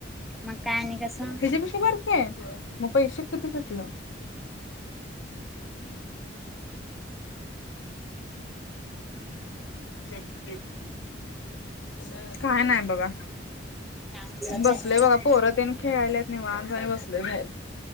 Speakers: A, in the centre; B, on the left.
A: मग काय आणि कसं?
B: हेच्या पेक्षा पण मग पैसे कधी कटलं <unintelligible> काय नाही बघा.
A: आमचा
B: बसलोय
A: चंदे
B: बघा
A: तिकडं
B: पोर तेन खेळाल्यात निवांत वानी बसलोय बाहेर.